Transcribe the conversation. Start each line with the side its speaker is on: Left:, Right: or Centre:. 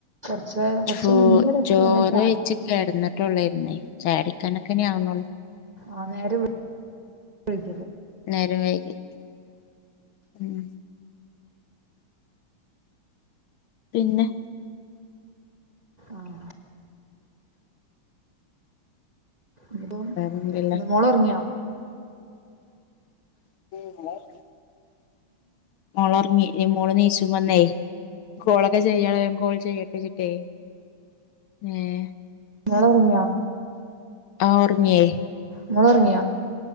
Right: കൊറച്ച് കൊറച്ച്
Left: ചോ
Right: മുന്നേ വരെക്കെ
Left: ചോറ്
Right: ഇങ്ങനെ ചാറ്റി
Left: കഴിച്ച് കെടന്ന് <unintelligible> ചാരിക്കാനെക്കെ ഇനി ആവുന്നുള്ളു
Right: ആഹ് നേരെ വീ <unintelligible>
Left: നേരം വൈകി മ്ഹ് പിന്നെ.
Right: ആഹ്. ഇപ്പം
Left: വേറെന്തെല്ലാം
Right: ഇപ്പ മോളൊറങ്ങിയോ?
Left: പിന്നെ. മോളൊറങ്ങി ഇനി മോള് നീച്ചും വന്നേയ് കോളക്ക് എന്താ ചെയ്യണെ കോൾ ചെയ്യട്ടെ ചിട്ടേ ഏഹ്.
Right: മോളൊറങ്ങിയോ?
Left: ആഹ് ഒറങ്ങിയേ.
Right: ങ്ങളൊറങ്ങിയാ